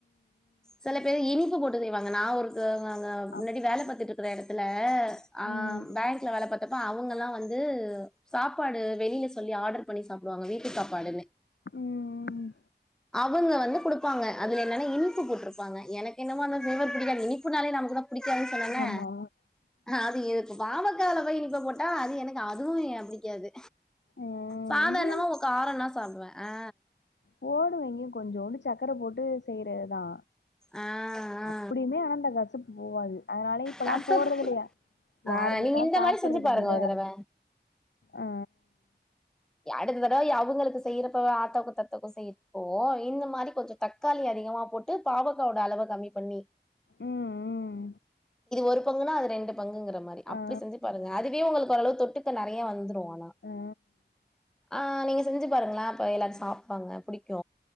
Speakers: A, in the centre; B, on the left.
A: செல பேர் இனிப்பு போட்டு செய்வாங்க நா ஒரு தா ங்க ங்கவ் முன்னாடி
B: அப்பா
A: வேல பாத்துட்ருக்க எடத்துல ஆம்
B: ம்
A: பேங்க்ல வேல பாத்தப்ப அவ் அவ்ங்கல்லா வந்து சாப்பாடு வெளில சொல்லி ஆடர் பண்ணி சாப்டுவாங்க வீட்டு சாப்பாடுன்னு
B: ம் ஆமா ம் ம்
A: அவுங்க வந்து குடுப்பாங்க அதுல என்னன்னா இனிப்பு போட்ருப்பாங்க எனக் என்னமோ அந்த ஃப்ளேவர் பிடிக்காது இனிப்புனாலே நமக்கு நம் பிடிக்காது சொன்னனே
B: ஆமா
A: ஆது எத் பாவக்கால போய் இனிப்ப போட்டா அது எனக்கு அதுவு ய பிடிக்காது
B: ம்
A: சாதார்ணமா
B: இங்கயு
A: உக் காரனா சாப்டுவே ஆ
B: போடுவெங்கே கொஞ்சோண்டு சக்கர போட்டு செய்றேதா
A: ஆ ஆ
B: அப்டியுமே ஆனா அந்த காசப்பு போவாது அதனாலே இப்பல்லாம்
A: கசப்பு
B: போறது இல்லையா
A: ஆ
B: யாருமேதா
A: நீங்க இந்த
B: சாப்றது
A: மாரி செஞ்சு பாருங்க
B: இல்லேல
A: ஒரு தடவ
B: அ
A: அடுத்த தடவ அவங்களுக்கு செய்யறப்போவ ஆத்தாக்கு தத்தாக்கு செய்யறப்போ இந்த மாரி கொஞ்ச தக் தக்காளி அதிகமா போட்டு பாவக்கா ஒட அளவ கம்மி பண்ணி
B: ம் ம்
A: ஒரு பங்குன்னா அது ரெண்டு பங்குங்கற மாரி அப்டி
B: ஆ
A: செஞ்சி பாருங்க அதுவே உங்களுக்கு ஓரளவு தொட்டுக்க நெறைய வந்துரு ஆனா
B: ஆ ஆ
A: ஆ நீங்க செஞ்சி பாருங்களா இப்ப எல்லாரு சாப்பாங்க புடிக்கு